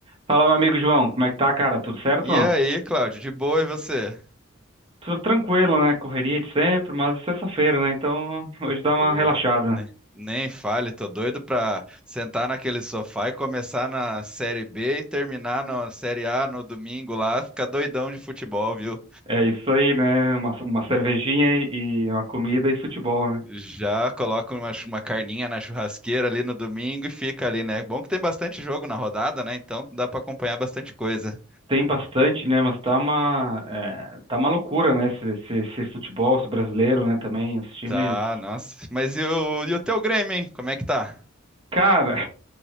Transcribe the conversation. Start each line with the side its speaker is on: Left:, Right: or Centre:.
Right: Fala, meu amigo João, como é que tá, cara? Tudo certo?
Centre: E aí, Cláudio, de boa e você?
Right: Tudo tranquilo, né? Correria de sempre, mas é sexta-feira, né? Então, <laughs> hoje dá uma
Centre: Porra,
Right: relaxada.
Centre: né? Nem fale, tô doido pra sentar naquele sofá e começar na Série B e terminar na Série A no domingo lá, ficar doidão de futebol, viu?
Right: É isso aí, né? Uma, uma cervejinha e e uma comida e futebol, né?
Centre: Já coloca uma, chu- uma carninha na churrasqueira ali no domingo e fica ali, né? Bom que tem bastante jogo na rodada, né? Então dá pra acompanhar bastante coisa.
Right: Tem bastante, né? Mas tá uma, é, tá uma loucura, né? Esse, esse, esse futebol esse brasileiro, né? Também, os times.
Centre: Tá, nossa. Mas e o, e o teu Grêmio, hein? Como é que tá?
Right: Cara,